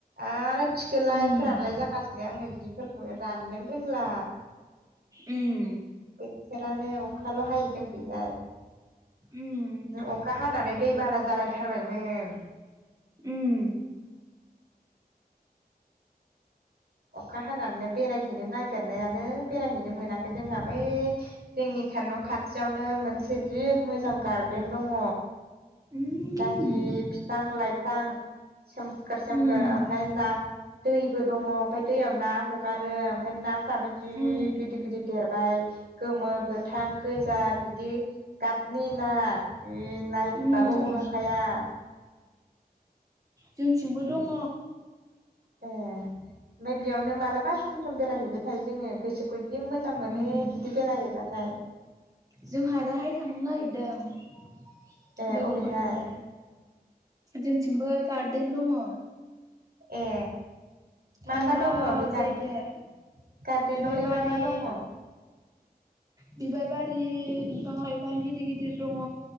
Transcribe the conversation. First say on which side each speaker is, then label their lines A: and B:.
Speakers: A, on the right; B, on the right.
A: आरो थिखोलाय
B: उम
A: फोरानलाय जागासिनो आङो जिफोरखौनो राननोन रोंला
B: उओ
A: बोथोरानो अखाल' हाय जोंखैजाय
B: उम
A: अखा हानानै दै बाना जालायथारबायमोन
B: उम
A: अखा हानानै बेरायहैनो नागिरनायानो बेरायहैनो मोनाखै जोंहा बै जोंनि स सान न' खाथियावनो मोनसे जि मोजां गार्देन दङ
B: उम
A: गाज्रि बिफां लाइफां सोमखोर सोमखोर
B: उम
A: ओमफ्राय ना दैबो दङ ओमफ्राय दैयाव ना हगारो ओमफ्राय नाफ्राबो जि
B: उम
A: गिदिर गिदिर देरबाय'- गोमो गोथां गोजा बिदि गाबनि ना नाय
B: उम
A: नायबो अहा आ
B: जोंथिंबो दङ
A: अ ओमफ्राय बेयावनो मालाबा सम सम बेरायहैबाय थायो जोङो गोसोखौ जि मोजां मोनो
B: उम
A: बिदि बेरायहैबाथाय। <inaudible>
B: जोंहा दाहाय थांनो नागिरदों
A: ए
B: लोगोफोर
A: अबेहाय
B: गोजा जोंथिंबो गार्देन दङ।
A: ए मा
B: थान्दा
A: मा दङ बे गार्डे
B: जायगाया
A: गार्देनावलाय
B: बिबार बारि।
A: मा मा दङ
B: बिबार बारि बिफां लाइफां गिदिर गिदिर दङ।